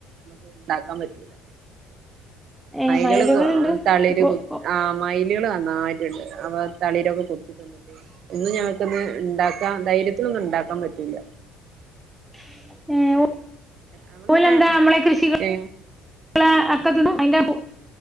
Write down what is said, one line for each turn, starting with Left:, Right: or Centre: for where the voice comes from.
Right: നമുക്ക് ഉണ്ടാക്കാൻ പറ്റൂല
Centre: ഏഹ്
Right: മൈലുകള്
Centre: മയിലുകളുണ്ട്
Right: കു തളിര്
Centre: ഒ
Right: കുത്ത
Centre: ഒ
Right: ആ മെയിലുകള് അ നന്നായിട്ടുണ്ട് അവ തളിരൊക്കെ കൊത്തിതിന്നിട്ട് ഒന്നും ഞമക്കൊന്ന് ഉണ്ടാക്കാ ധൈര്യത്തിലൊന്നും ഉണ്ടാക്കാൻ പറ്റൂല്ല
Centre: ഏ <unintelligible>
Right: നമ്മളിങ്ങനെ
Centre: ഓലെന്താ നമ്മളെ കൃഷികൾ
Right: ഏഹ്
Centre: <unintelligible> അക്കന്ന <unintelligible> അന്റെ ആ പൂ